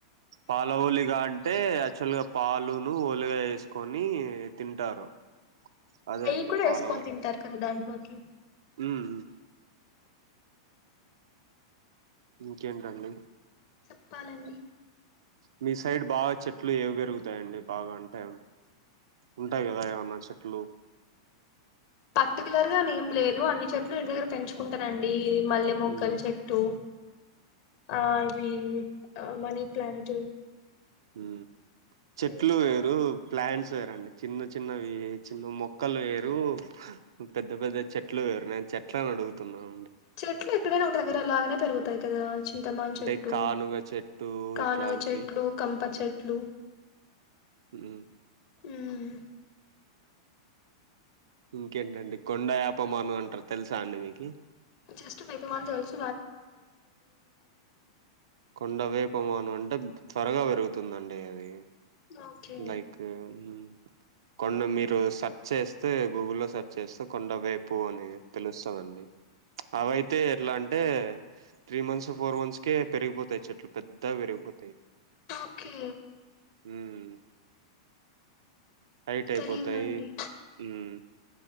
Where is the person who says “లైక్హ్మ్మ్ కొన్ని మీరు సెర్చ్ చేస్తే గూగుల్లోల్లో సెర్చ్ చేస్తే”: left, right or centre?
Right